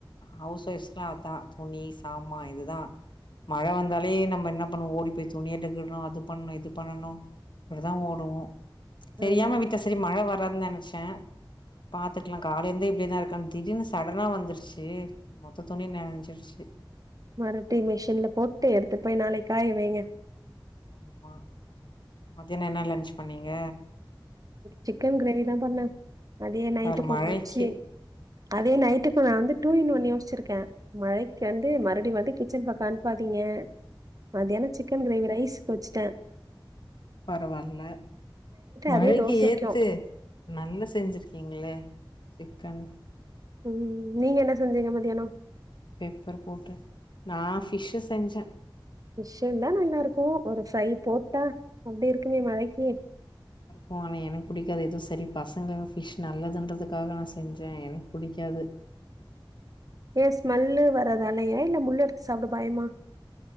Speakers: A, on the left; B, on the right.
A: ஹவுஸ் ஒஃப்ஸ்க்கலா அதா துணி சாமா இதுதா மழை வந்தாலே நம்ம என்ன பண்ணணு ஓடி போய் துணி எடுக்கணு அது பண்ணணு இது பண்ணணு இப்டி தா ஓடுவோ தெரியாம
B: ஆமா.
A: விட்டே சரி மழை வராதுன்னு நெனைச்சே பாத்துக்கலா காலைல இருந்தே இப்டி தா இருக்கான்னு திடீர்னு சடனா வந்துடுச்சு மொத்த துணியு நனஞ்சிடுச்சு
B: மறுபடியு மிஷின்ல போட்டு எடுத்துட்டு போய் நாளைக் காய வைங்க
A: ஆமா மதியானோ என்ன லன்ச் பண்ணீங்க
B: சிக்கன் கிரேவி தா பண்ணே அதயே நைட்டுக்கும்
A: பாரு மழைக்கி
B: வச்சு அதே
A: ம்
B: நைட்டுக்கு நா வந்து டூ இன் ஒன் யோசிச்சிருக்கே மழைக்கு வந்து மறுபடியு மறுபடியு கிச்சன் பக்கோ அனுப்பாதீங்க மத்தியானோ சிக்கன் கிரேவி ரைஸ்க்கு வச்சுட்டே
A: பரவால்ல மழைக்கு
B: அதே தோசைக்கும்.
A: ஏத்து து நல்ல செஞ்சிருக்கீங்களே சிக்கன்
B: ம் ம் நீங்க என்ன செஞ்சீங்க மத்தியானோ
A: பெப்பர் போட்டு நா ஃபிஷ்ஷு செஞ்சே
B: பிஷ்ஷும் தா நல்லா இருக்கும் ஒரு ஃப்ரை போட்டா அப்டி இருக்குமே மழைக்கு
A: போங்க எனக்கு பிடிக்காது ஏதோ சரி பசங்க ஃபிஷ் நல்லதுன்றதுக்காக நா செஞ்சே எனக் புடிக்காது
B: ஏ ஸ்மெல்லு வரதாலயா இல்ல முள்ள எடுத்து சாப்ட பயமா